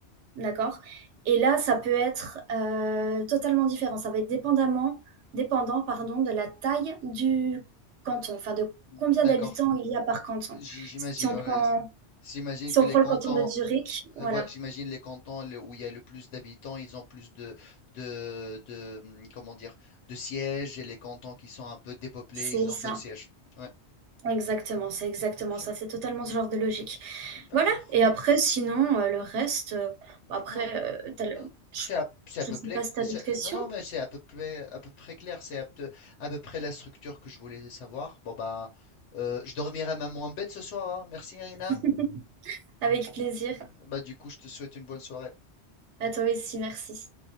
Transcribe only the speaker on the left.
d'accord.
J- J'imagine,
ouais,
ouais. J'imagine
que
les
cantons,
Euh, ouais, j'imagine les cantons le- où il y a le plus d'habitants, ils ont plus de, de, de, hum, comment dire, de sièges et les cantons qui sont un peu dépeuplés,
ils ont
peu de sièges. Ouais,
logique.
D'accord.
Non,
non, c'est à, c'est
à peu
près,
c'est-
non, non, mais c'est à peu près, à peu près clair. C'est à, peu à peu près la structure que je voulais savoir. Bon, bah, euh, je dormirai même en bête ce soir, hein. Merci, Irina.
Bah, du coup, je te souhaite une bonne soirée.